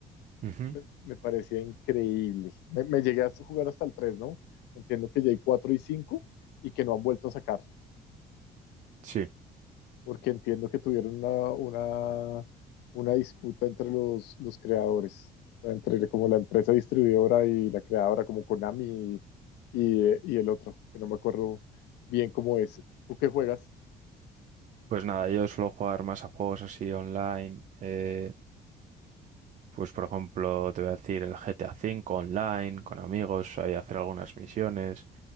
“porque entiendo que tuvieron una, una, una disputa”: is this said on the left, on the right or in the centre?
Left